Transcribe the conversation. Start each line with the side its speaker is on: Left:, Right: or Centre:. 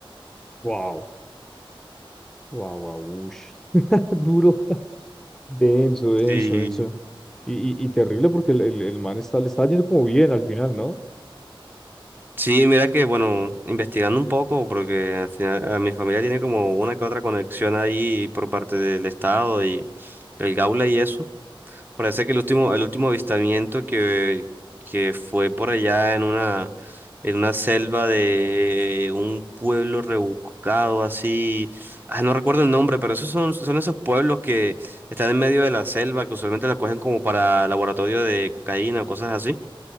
Centre: Wow. Wow, wow, ush. <laughs> Duro. Denso, denso,
Right: Sí.
Centre: denso. Y, y, y terrible porque el, el, el man está, le está yendo como bien al final, ¿no?
Right: Sí, mira que, bueno, investigando un poco, porque al final, a mi familia tiene como una que otra conexión ahí por parte del Estado y el Gaula y eso. Parece que el último, el último avistamiento que, que fue por allá en una, en una selva de un pueblo rebuscado así. Ah, no recuerdo el nombre, pero esos son, son esos pueblos que están en medio de la selva, que usualmente la cogen como para laboratorio de cocaína o cosas así.